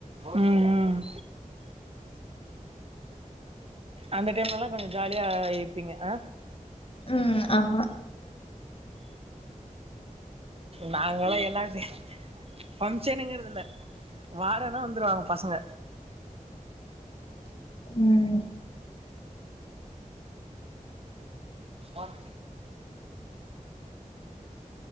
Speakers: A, on the right; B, on the left.
A: ம் ம் அந்த டைம்ல எல்லா கொஞ்சோ ஜாலியா இருப்பீங்க அ
B: ம் ஆமா
A: நாங்கல்லா எல்லா சே ஃபம்ஷனுங்குறது இல்ல வாரோ ஆனா வந்துருவாங்க பசங்க
B: ம்
A: ஒன்